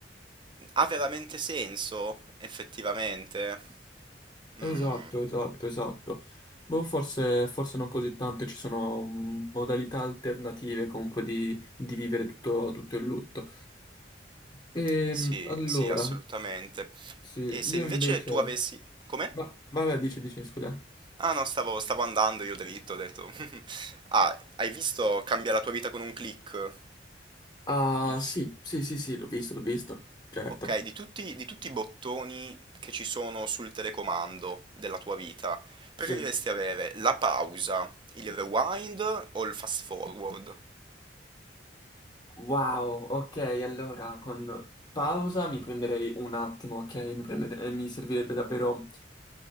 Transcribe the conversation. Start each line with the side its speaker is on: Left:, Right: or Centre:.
Right: ha veramente senso effettivamente?
Left: Esatto,
Right: Mm.
Left: esatto, esatto. Boh, forse, forse non così tanto, ci sono mm, modalità alternative comunque di, di vivere tutto tutto il lutto. Ehm,
Right: Sì,
Left: allora,
Right: sì, assolutamente.
Left: sì,
Right: E se
Left: io
Right: invece
Left: invece...
Right: tu avessi... Come?
Left: Ma, vabbè, dice, dice, scusa.
Right: Ah no, stavo, stavo andando io dritto, ho detto... <laughs> Ah, hai visto Cambia la tua vita con un click?
Left: Ah,
Right: Il fi-
Left: sì, sì, sì, sì, l'ho visto, l'ho visto, certo.
Right: Ok, di tutti, di tutti i bottoni che ci sono sul telecomando della tua vita, preferiresti
Left: Sì.
Right: avere la pausa, il rewind o il fast forward?
Left: Wow, ok, allora con pausa mi prenderei un attimo, ok? Mi, prendere- eh, mi servirebbe davvero...